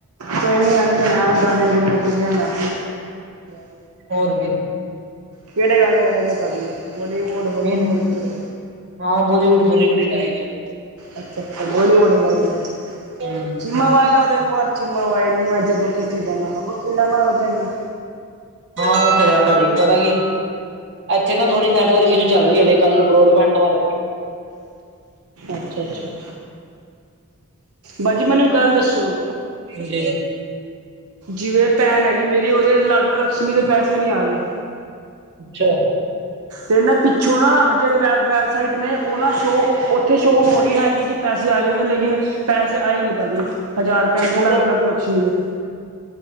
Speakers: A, on the right; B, on the right.
A: ਕੋਈ ਨੀ ਆਂਦੇ ਹ ਗਾਣੇ ਗੁਣੇ ਸੁਨਦੇ ਆ <unintelligible>
B: ਹੋਰ ਕੀ
A: ਕਿਹੜੇ ਗਾਣੇ ਲਾਏ ਨੇ ਭਾਜੀ ਬੋਲੀਵੁੱਡ ਹੋਲੀਵੁੱਡ
B: ਨਹੀਂ
A: ਕਿਹੜੇ
B: ਹਾਂ ਬੋਲੀਵੁੱਡ ਬੋਲੀਵੁੱਡ ਹੀ ਲਾਏ ਨੇ ਆ
A: ਅੱਛਾ, ਅੱਛਾ ਬੋਲੀਵੁੱਡ ਲਾਏ ਨੇ
B: ਹੂੰ
A: ਚੀਮਾ ਵਾਈ ਲਾਦਾ ਇੱਕ ਵਾਰ ਚੀਮਾ ਵਾਾਈ ਨੀ ਮੈਂ ਜਦੋਂ ਕਿੱਥੇ ਬਹਦਾ ਹ ਵ ਕਿਲਾ ਨਾਲ ਲ ਦੇੈਣਾ਼਼
B: ਹਾਂ ਉਹ ਤੇ ਹੈ ਚਲਾ ਕੀ। ਇੱਥੇ ਨਾ ਥੋੜੀ ਨੈੱਟਵਰਕ ਇਸ਼ੂ ਚੱਲ ਰਹੀ ਹੈ ਕੱਲ ਬਰੋਡ ਬੈਂਟਾਂ ਵੱਲ।
A: ਅੱਛਾ ਅੱਛਾ ਭਾਜੀ ਮੈਨੂੰ ਗੱਲ ਦੱਸੋ।
B: ਜੀ।
A: ਜਿਵੇਂ ਭੈਣ ਹੈਗੀ ਮੇਰੀ ਉਹਦੇ ਲਾਡੋ ਲਕਸ਼ਮੀ ਦੇ ਪੈਸੇ ਨਹੀਂ ਆ ਰਹੇ।
B: ਅੱਛਾ।
A: ਤੇ ਨਾ ਪਿੱਛੋਂ ਨਾ ਜਿਹੜੇ ਵੈਬ ਵੈਬਸਾਈਟ ਨੇ ਉਹ ਨਾ ਸ਼ੋਅ ਉੱਥੇ ਸ਼ੋਅ ਹੋ ਰਹੀ ਹੈਗੀ ਕਿ਼ ਪੈਸੇ ਆ ਗਏ ਨੇ ਲੇਕਿਨ ਪੈਸੇ ਆਏ ਨਹੀਂ ਭਾਜੀ ਹਜ਼ਾਰ ਰੁਪਏ
B: ਉਹਦਾ
A: ਲੱਗ ਲੱਗ ਲਕਸ਼ਮੀ ਦੇ਼਼